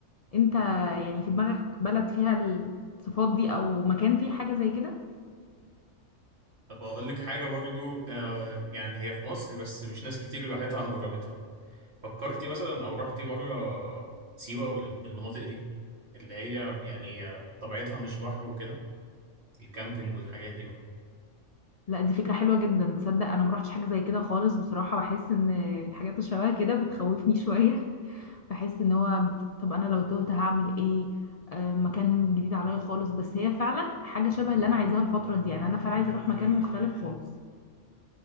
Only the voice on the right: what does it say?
طب أقول لك حاجة برضو آه يعني هي في مصر بس مش ناس كتير راحتها أو جربتها فكرتي مثلا أو رحتي مرة سيوة والمناطق دي اللي هي يعني طبيعتها مش بحر وكده الكامبينج والحاجات دي بقى